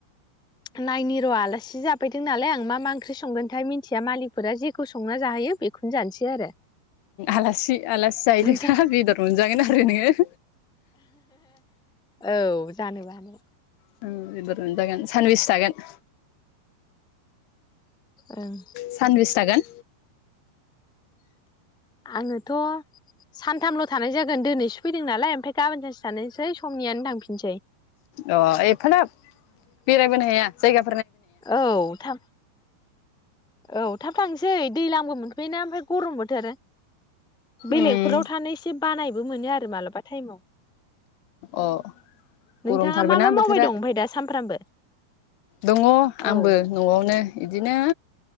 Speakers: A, in the centre; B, on the left (about 75°).
A: नायनि र' आलासि जाफैदों नालाय आं मा मा ओंख्रि संगोनथाय मिन्थिया मालिकफोरा जेखौ संना जाहैयो बेखौनो जानोसै आरो।
B: आलासि आलासि जाहैदों
A: नोंथां
B: नना बेदर मोनजागोन ना? जनियो <unintelligible>
A: औ जानोबानो।
B: <unintelligible> बेबो दागोन। सानबेसे थागोन?
A: ओं।
B: सानबिसे थागोन?
A: आङोथ' सानथामल' थानाय जागोन दिोनैसो फैदों नालाय ओमफ्राय गाबोन सानसेो थसै समनियानो थांफिनसै।
B: अ एफाग्राब बेरायबोनो हाया? जायगा
A: औ थाम औ थाब थांसै दैलांबो मोनफैबायना ओमफ्राय गरम बोथोर। बेलेगफोराव
B: उम
A: थानाय से बानायबो मोनो आरो मालाबा टाइमाव।
B: अ गरमथारबोना?
A: नोंथाङा मा मा
B: बोथोरा
A: मावबाय दं ओमफ्राय दा सानफ्रामबो
B: दङ
A: औ
B: आंबो न'आवनो। बिदिनो